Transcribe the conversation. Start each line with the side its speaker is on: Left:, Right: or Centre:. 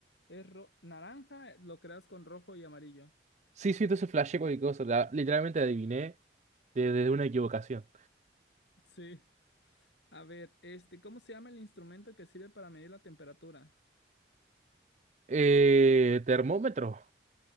Left: es ro- naranja, lo creas con rojo y amarillo.
Right: Sí, sí, entonces flashé cualquier cosa. la- Literalmente adiviné desde una equivocación.
Left: Sí. A ver, este, ¿cómo se llama el instrumento que sirve para medir la temperatura?
Right: Eh, termómetro.